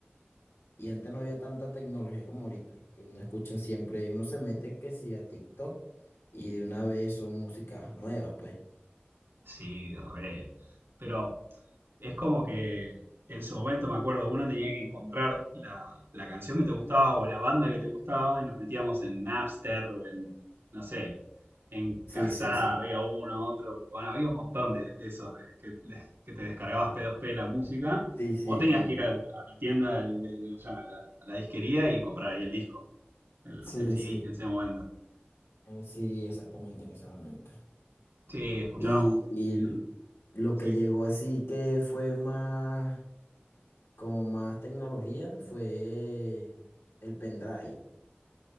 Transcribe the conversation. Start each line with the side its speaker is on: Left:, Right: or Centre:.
Left: y antes no había tanta tecnología como ahorita, que uno escucha siempre, uno se mete que sí a TikTok y de una vez son músicas nuevas, pues.
Right: Sí, re. Pero es como que en su momento, me acuerdo, uno tenía que encontrar la, la canción que te gustaba o la banda que te gustaba y nos metíamos en Napster o en, no sé, en
Left: Sí,
Right: Casada
Left: sí, sí.
Right: había uno, otro, bueno, había un montón de, de esos de, que, de- que te descargabas P2P la música
Left: Sí, sí,
Right: o tenías
Left: sí.
Right: que ir al- a, la tienda, del- del- ¿cómo se llama? a la, a la disquería y comprar ahí el disco, el,
Left: Sí,
Right: el CD
Left: sí,
Right: en ese momento.
Left: eh, sí, exactamente en ese momento.
Right: Sí, escuchábamos.
Left: Y, y lo
Right: Sí.
Left: que llegó así que fue más, como más tecnología, fue el pendrive.